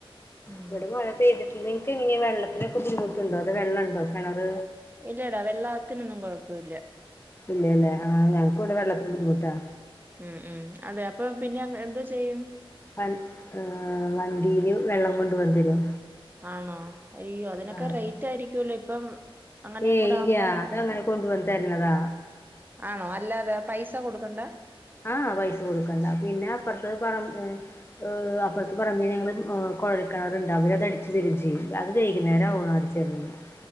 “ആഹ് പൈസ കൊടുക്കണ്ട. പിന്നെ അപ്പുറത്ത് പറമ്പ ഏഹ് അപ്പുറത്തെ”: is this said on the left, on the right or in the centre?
Left